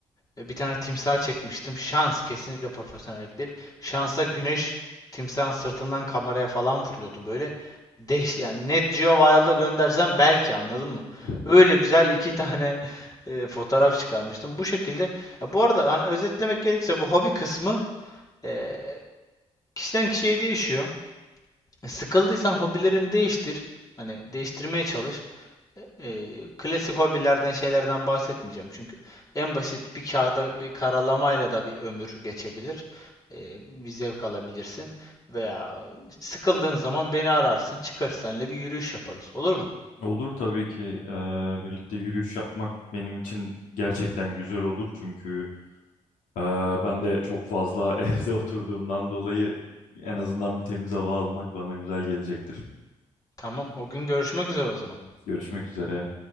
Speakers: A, on the left; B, on the left.
A: e, bir tane timsah çekmiştim. Şans kesinlikle profesyonellik değil. Şansa güneş timsahın sırtından kameraya falan vuruyordu böyle. Deş yani Net Geo Wild'a göndersem belki anladın mı?
B: <laughs>
A: Öyle güzel iki tane <laughs> e, fotoğraf çıkarmıştım. Bu şekilde. Ya bu arada hani özetlemek gerekirse bu hobi kısmı e, kişiden kişiye değişiyor. E, Sıkıldıysan hobilerini değiştir. Hani değiştirmeye çalış. E, e, klasik hobilerden şeylerden bahsetmeyeceğim. Çünkü en basit bir kağıda bir karalamayla da bir ömür geçebilir. E, bir zevk alabilirsin. Veya sıkıldığın zaman beni ararsın. Çıkarız seninle bir yürüyüş yaparız. Olur mu?
B: Olur tabii ki eee, birlikte yürüyüş yapmak benim için gerçekten güzel olur çünkü eee, ben de çok fazla <laughs> evde oturduğumdan dolayı en azından bir temiz hava almak bana güzel gelecektir.
A: Tamam. O gün görüşmek üzere o zaman.
B: Görüşmek üzere.